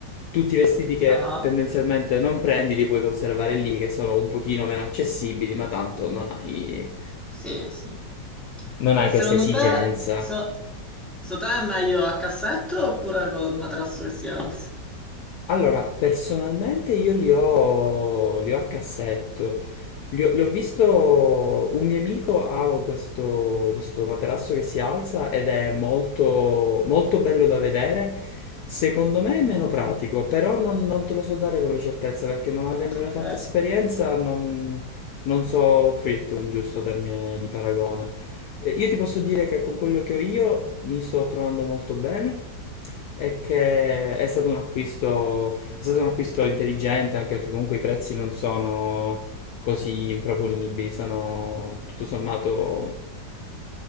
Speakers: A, on the left; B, in the centre.
A: Tutti i vestiti che
B: Ah.
A: tendenzialmente non prendi li puoi conservare lì, che sono un pochino meno accessibili, ma tanto non hai,
B: Sì, sì.
A: non hai
B: E secondo
A: questa esigenza.
B: te, so- secondo te è meglio a cassetto oppure col materasso che si alza?
A: Allora, personalmente io li ho, li ho a cassetto. Li ho, li ho visto, un mio amico ha questo, questo materasso che si alza ed è molto, molto bello da vedere. Secondo me
B: Mhm,
A: è meno pratico, però non, non te lo so dare come certezza perché non avendone
B: Ok,
A: fatto esperienza non, non so offrirti un giusto termine di paragone. Eh, Io ti posso dire che con quello che ho io mi sto trovando molto bene e che è stato un acquisto, è stato un acquisto intelligente anche perché comunque i prezzi non sono così improponibili, sono tutto sommato